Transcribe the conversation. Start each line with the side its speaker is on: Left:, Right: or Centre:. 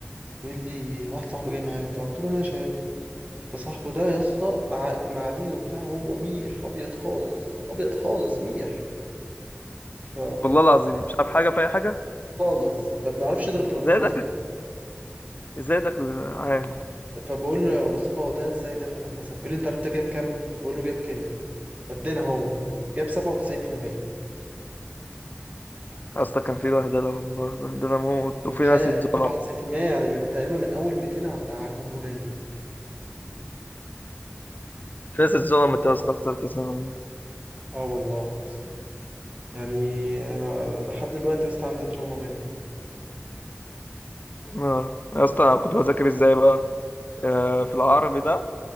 Right: بيقول لي واحد صاحبي جاي معايا وبتاع قلت له ماشي هاته فصاحبه ده يا اسطى قع- كنا قاعدين وبتاع هو ميح ابيض خالص ابيض خالص ميح ف
Left: والله العظيم مش عارف حاجه في اي حاجه
Right: خالص ما بنعرفش نضرب طرفين
Left: ازاي
Right: في وسط
Left: دخل
Right: يعني.
Left: ازاي دخل عام
Right: فبقول له يا مصطفى هو ده ازاي دخل هندسه بيقول لي انت عرفت ده جايب كام بقول له جايب كام قدنا هو جاب 97%
Left: اصلا كان في بهدله والله بهدله موت
Right: متخيل
Left: وفي ناس
Right: يعني
Left: اتظلم
Right: 97% يعني من تقريبا من اول 200 على على الجمهورية
Left: في ناس اتظلمت يا اسطى في ثالثه ثانوي
Right: اه والله يا اسطى يعني انا لحد دلوقتي يا اسطى عندي تروما منها
Left: اه يا اسطى أنا كنت بذاكر ازاي بقى آه في العربي ده